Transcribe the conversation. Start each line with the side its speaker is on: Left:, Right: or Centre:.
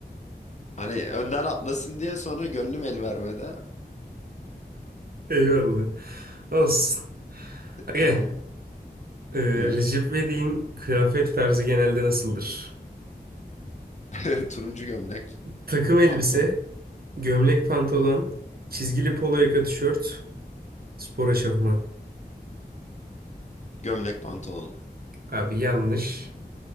Left: Hani önden atlasın diye sonra gönlüm el vermedi.
Right: Eyvallah. Olsun. Aga,
Left: Tamam
Right: e,
Left: buyur.
Right: Recep İvedik'in kıyafet tarzı genelde nasıldır?
Left: <laughs> Turuncu gömlek
Right: Takım elbise,
Left: pantolon.
Right: gömlek pantolon, çizgili polo yaka tişört, spor eşofman.
Left: Gömlek pantolon.
Right: Abi yanlış.